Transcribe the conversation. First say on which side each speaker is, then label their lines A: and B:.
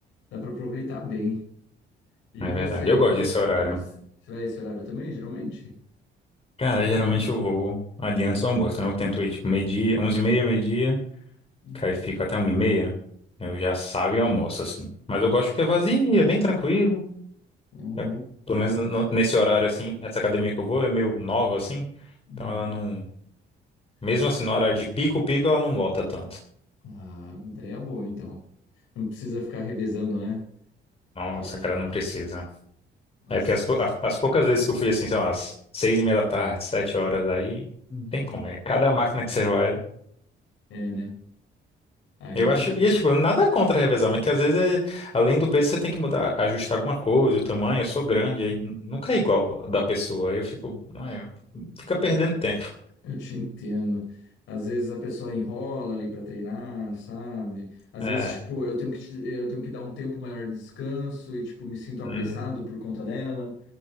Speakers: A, on the left (about 80°); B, on the left (about 30°).
A: Dá pra aproveitar bem. E
B: É
A: você,
B: verdade, eu gosto
A: que horário?
B: desse horário.
A: Você vai esse horário também, geralmente?
B: Cara, geralmente eu vou ali antes do almoço, então eu tento ir tipo meio dia onze e meia, meio-dia,
A: Uhum.
B: que aí fico até uma e meia. eu já saio e almoço, assim. Mas eu gosto porque é vazio, é bem tranquilo.
A: Uhum.
B: Eu- pelo menos no- nesse horário, assim, essa academia que eu vou é meio nova, assim,
A: Hum.
B: então ela não... Mesmo
A: Não precisa-
B: assim, no horário de pico-pico, ela não lota tanto.
A: Ah, daí é bom, então. Não precisa ficar revezando, né?
B: Nossa,
A: Que é
B: cara, não precisa.
A: Nossa.
B: É porque as, pou- a- as poucas vezes que eu fui assim, sei lá, às seis e meia da tarde, sete horas, aí não tem
A: Uhum.
B: como. É cada máquina que você vai.
A: É, né? Ah, imagina.
B: Eu acho. E é, tipo, nada contra revezar, mas que às vezes, é- além do peso, você tem que mudar, ajustar alguma coisa, o tamanho. Eu sou grande, aí nu- nunca é igual da pessoa. Aí eu fico. ai, eu- fica perdendo
A: É,
B: tempo.
A: é, eu te entendo. Às vezes a pessoa enrola ali pra treinar, sabe? Às
B: É.
A: vezes, tipo, eu tenho que, te- eu tenho que dar um tempo maior de descanso e, tipo, me sinto apressado
B: hum,
A: por conta dela,